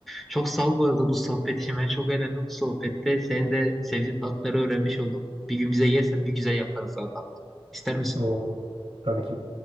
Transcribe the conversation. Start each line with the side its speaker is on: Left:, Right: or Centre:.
Centre: Çok sağ ol bu arada bu sohbet için. Ben çok eğlendim bu sohbette. Senin de sevdiğin tatları öğrenmiş oldum. Bir gün bize yersen bir güzel yaparız sana tatlı. İster misin?
Right: o tabii ki